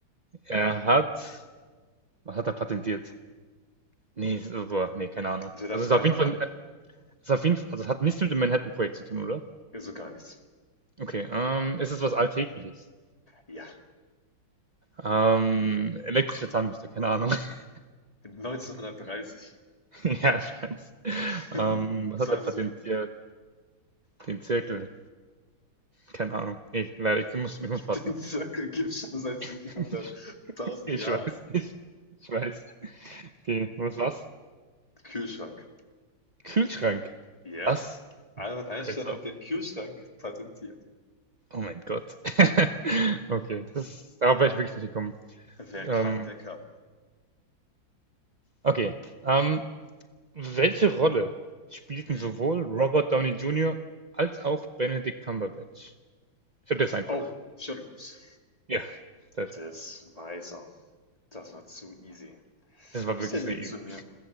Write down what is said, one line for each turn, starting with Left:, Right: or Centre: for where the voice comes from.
Right: Er hat was hat er patentiert? Ne, so boah, ne, keine Ahnung.
Left: Du darfst
Right: Also, es
Left: dreimal
Right: ist auf jeden Fall,
Left: raten.
Right: äh ist auf jeden Fall, also, es hat nichts mit dem Manhattan-Projekt zu tun, oder?
Left: So gar nichts.
Right: Okay, ähm, ist es ist was Alltägliches?
Left: Ja.
Right: Ähm, elektrische Zahnbürste, keine Ahnung. <laughs>
Left: 1930.
Right: Ja, ich weiß.
Left: <laughs>
Right: Ähm, was
Left: Zwei
Right: hat er patentiert?
Left: Versuche.
Right: Den Zirkel, keine Ahnung. Ne, leider, ich muss ich muss passen.
Left: Den Circle gibt es schon seit
Right: <laughs>
Left: 700.000
Right: Ich
Left: Jahren.
Right: weiß, ich ich weiß. Okay, was war's?
Left: Kühlschrank.
Right: Kühlschrank.
Left: Ja.
Right: Was?
Left: Albert Einstein
Right: Also
Left: hat den Kühlschrank patentiert.
Right: Oh mein Gott. <laughs> Okay, das, darauf wäre ich wirklich nicht gekommen.
Left: Wer
Right: Ähm,
Left: kann, der kann.
Right: okay. Ähm, welche Rolle spielten
Left: Mm.
Right: sowohl Robert Downey Jr. als auch Benedict Cumberbatch? Ich hab das einfach.
Left: Oh, Sherlock Holmes.
Right: Ja, perfekt.
Left: Das weiß er. Das war zu easy.
Right: Das war
Left: Du bist
Right: wirklich
Left: ja lieb
Right: sehr easy.
Left: zu mir.